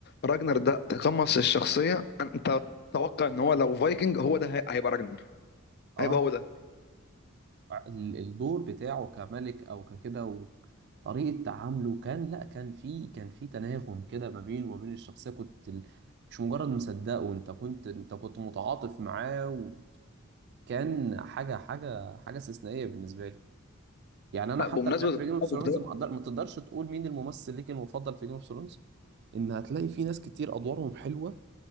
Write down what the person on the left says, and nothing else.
راجنر ده تقمص الشخصية أنت تتوقع إن هو لو فايكنج هو ده هي- هيبقى راجنر
هيبقى هو ده
لا
بمناسبة
التعاطف
ده